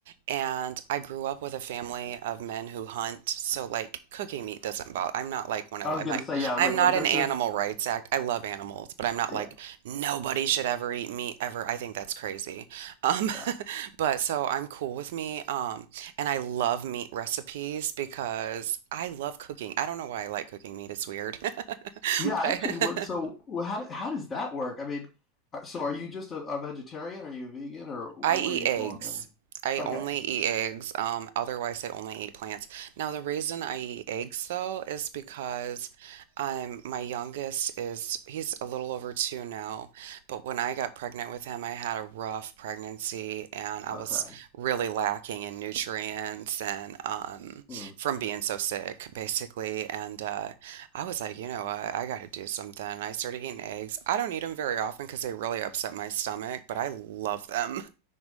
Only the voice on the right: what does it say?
and I grew up with a family of men who hunt. So like cooking meat doesn't bother. I'm not like one of,
I'm
like,
I'm
not
an animal
rights act. I love animals, but I'm not
like nobody should ever eat meat ever. I think that's crazy. Um,
<laughs> but so I'm cool with me. Um, and I love meat recipes because I love cooking. I don't know why I like cooking meat. It's weird. <laughs> <laughs>
but
I <laughs>
I eat
eggs.
I
only eat eggs. Um, otherwise, I only eat plants. Now, the reason I eat eggs though is because um, my youngest is he's a little over two now, but when I got pregnant with him, I had a rough pregnancy and I
was really lacking in nutrients and um,
from being so sick, basically. And uh, I was like, you know what, I got to do something. I started eating eggs. I don't eat them very often because they really upset my stomach, but I love them.